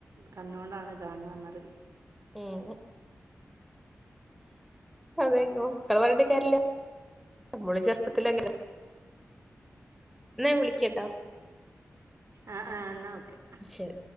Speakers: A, on the right; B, in the centre.
A: കണ്ണോണ്ടാണ് കാണുകന്നറി
B: ഉം അതെ മക്കള് പറഞ്ഞണ്ട കാര്ല്ല നമ്മള ചെറുപ്പത്തിലങ്ങ എന്നാ വിളിക്കട്ടോ
A: ആഹ ആഹ എന്നാ ഓക്കെ.
B: ശരി